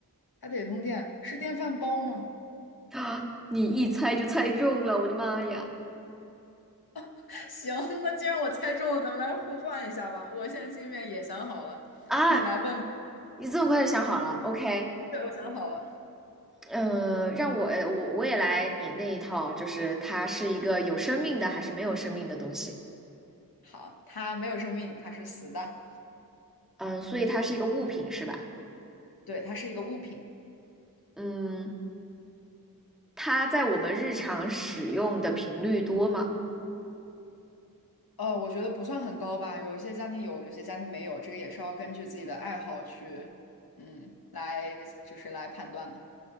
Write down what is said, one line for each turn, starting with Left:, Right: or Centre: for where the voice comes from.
Left: 它得通电。是电饭煲吗？
Centre: 啊！你一猜就猜中了，我的妈呀！
Left: <laughs> 行，那既然我猜中了，咱们来互换一下吧。我现在心里面也想好了，<laughs>
Centre: 啊，
Left: 你来问吧
Centre: 你这么快就想好了？OK，
Left: 对，我想好了。
Centre: 嗯，让我呃我我也来你那一套，就是它是一个有生命的还是没有生命的东西？
Left: 好，它没有生命，它是死的。
Centre: 嗯，所以它是一个物品是吧？
Left: 对，它是一个物品。
Centre: 嗯，它在我们日常使用的频率多吗？
Left: 呃，我觉得不算很高吧，有一些家庭有，有些家庭没有，这个也是要根据自己的爱好去，嗯，来就是来判断的，